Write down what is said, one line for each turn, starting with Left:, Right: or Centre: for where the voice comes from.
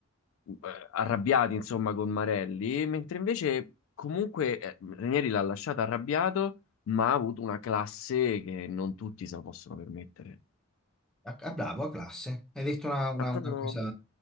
Left: mm, eh, arrabbiati, insomma, con Marelli, mentre invece comunque eh, Ranieri l'ha lasciato arrabbiato, ma ha avuto una classe che non tutti se la possono permettere.
Centre: A, a bravo, a classe. Hai detto una, una-
Left: Ha proprio,
Centre: una cosa...